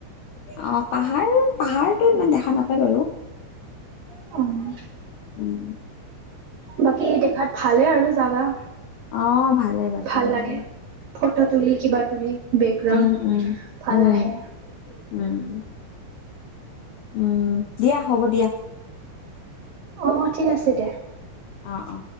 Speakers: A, on the left; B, on the right.
A: অ', পাহাৰ, পাহাৰটো ইমান দেখা নেপায় বাৰু।
B: অ'।
A: উম।
B: বাকী, দেখাত ভালে আৰু জাগা!
A: অ', ভালেই বাকী
B: ভাল
A: ভালেই।
B: লাগে। ফটো তুলি, কিবা তুলি বেকগ্ৰাউণ্ড
A: উম উম
B: ভাল
A: উম
B: আহে।
A: উম। উম, দিয়া হ'ব দিয়া।
B: অ', ঠিক আছে দিয়া।
A: অ', অ'।